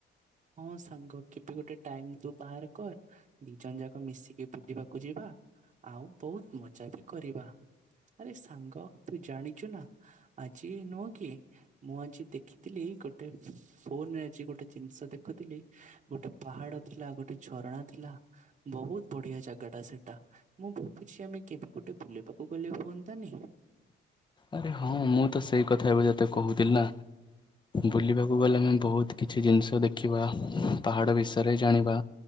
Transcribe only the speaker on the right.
ହଁ ସାଙ୍ଗ କେବେ ଗୋଟେ ଟାଇମ ତୁ ବାହାର କର ଦି ଜଣ ଯାକ ମିଶିକି ବୁଲିବାକୁ ଯିବା ଆଉ ବହୁତ ମଜା ବି କରିବା ଆରେ ସାଙ୍ଗ ତୁ ଜାଣିଛୁ ନା ଆଜି ନୁହଁ କି ମୁଁ ଆଜି ଦେଖିଥିଲି ଗୋଟେ ଫୋନରେ ଆଜି ଗୋଟେ ଜିନିଷ ଦେଖ କଥିଲି ଗୋଟେ ପାହାଡ ଥିଲା ଗୋଟେ ଝରଣା ଥିଲା ବହୁତ ବଢିଆ ଜାଗା ଟା ସେଟା। ମୁଁ ଭାବୁଛି ଆମେ କେବେ ଗୋଟେ ବୁଲିବାକୁ ଗଲେ ହୁଅନ୍ତାନି।